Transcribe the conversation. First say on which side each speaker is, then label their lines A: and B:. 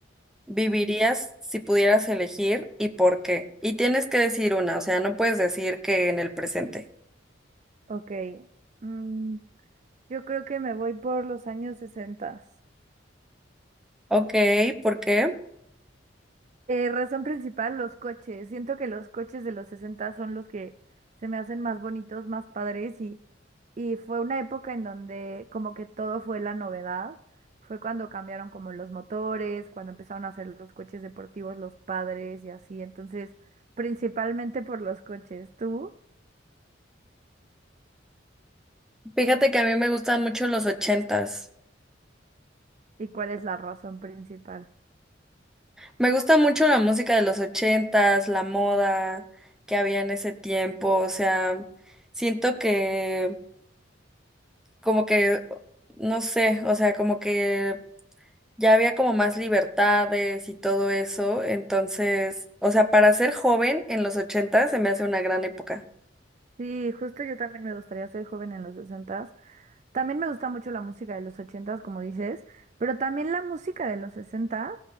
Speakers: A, in the centre; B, on the right (about 40°).
A: vivirías
B: Ujú.
A: si pudieras elegir y por qué? Y tienes que decir una, o sea, no puedes decir que en el presente.
B: Ok. mm, yo creo que me voy por los años 60.
A: Ok, ¿por qué?
B: razón principal, los coches. Siento que los coches de los 60 son los que se me hacen más bonitos, más padres y, y fue una época en donde como que todo fue la novedad. Fue cuando cambiaron como los motores, cuando empezaron a hacer los coches deportivos, los padres y así. Entonces, principalmente por los coches. ¿Tú?
A: Fíjate que a mí me gustan mucho los ochentas.
B: ¿Y cuál es la razón principal?
A: Me gusta mucho la música de los ochentas, la moda que había en ese tiempo, o sea, siento que como que, no sé, o sea, como que ya había como más libertades y todo eso, entonces, o sea, para ser joven en los ochentas se me hace una gran época.
B: Sí, justo yo también me gustaría ser joven en los sesentas. También me gusta mucho la música de los ochentas, como dices, pero también la música de los sesentas.